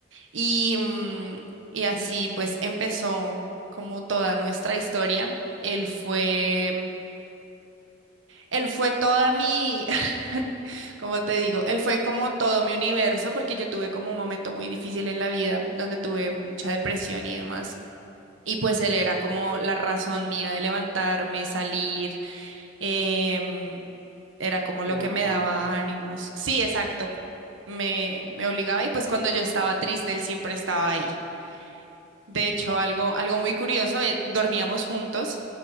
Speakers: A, on the right; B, on the left.
A: Y, mm, y así pues empezó como toda nuestra historia. Él fue él fue toda mi, <laughs> como te digo, él fue como todo mi universo, porque yo tuve como un momento muy difícil en la vida, donde tuve mucha depresión y demás. Y pues él era como la razón mía de levantarme, salir, em, era como
B: Te
A: lo
B: obligaba.
A: que me daba
B: sí.
A: ánimos. Sí, exacto, me, me obligaba y pues cuando yo estaba triste, él siempre estaba ahí. De hecho, algo, algo muy curioso, eh, dormíamos juntos.